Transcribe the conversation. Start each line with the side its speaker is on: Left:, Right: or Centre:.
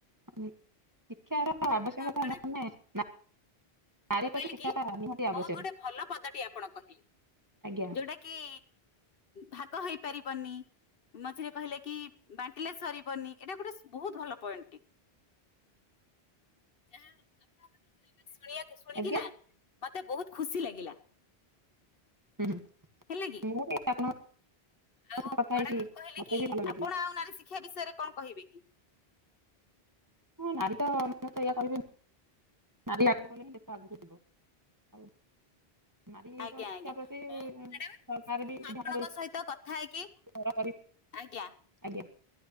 Right: <inaudible>
Left: ଆପଣ ମ୍ୟାଡାମ
Right: ନାରୀ
Left: ମୁଁ
Right: ପ୍ରତି
Left: କହିଲି
Right: ଶିକ୍ଷାଟା
Left: କି
Right: ନିହାତି ଆବଶ୍ୟକ
Left: ବହୁତ ଗୋଟେ ଭଲ ପଦଟି ଆପଣ କହିଲେ
Right: ଆଜ୍ଞା
Left: ଯୋଉଟା କେ ଭାଗ ହେଇପାରିବନି। ମଝିରେ କହିଲେ କି ବାଣ୍ଟିଲେ ସରିବନି ଏଇଟା ଗୋଟେ ବହୁତ ଭଲ ପଏଣ୍ଟଟି। ଯାହା ହଉ। ଆପଣଙ୍କ ଠାରୁ ଏଇଟା ଶୁଣିବାକୁ ଶୁଣିକି
Right: ଆଜ୍ଞା
Left: ନା ମତେ ବହୁତ ଖୁସି ଲାଗିଲା।
Right: ହୁଁ ହୁଁ।
Left: ହେଲା କି।
Right: <inaudible>
Left: ଆଉ
Right: ସହିତ
Left: ମ୍ୟାଡ଼ାମ
Right: କଥା ହେଇକି
Left: ମୁ କହିଲି
Right: ମତେ
Left: କି
Right: ବି ଭଲ ଲାଗିଲା।
Left: ଆପଣ ଆଉ ନାରୀ ଶିକ୍ଷା ବିଷୟରେ କଣ କହିବେ କି?
Right: ହଁ ନାରୀ ତ ମୁଁ ତ ଏଇଆ କହିବି ନାରୀ ଆଗକୁ ଗଲେ ହିଁ ଦେଶ ଆଗକୁ ଯିବ ଆଉ ନାରୀର
Left: ଆଜ୍ଞା
Right: ଶିକ୍ଷା
Left: ଆଜ୍ଞା,
Right: ପ୍ରତି
Left: ହଉ ମ୍ୟାଡ଼ାମ
Right: ସରକାର
Left: ମୁଁ
Right: ବି
Left: ଆପଣଙ୍କ
Right: ଧ୍ୟାନ
Left: ସହିତ କଥା ହେଇକି
Right: <inaudible>
Left: ଆଜ୍ଞା।
Right: ଆଜ୍ଞା।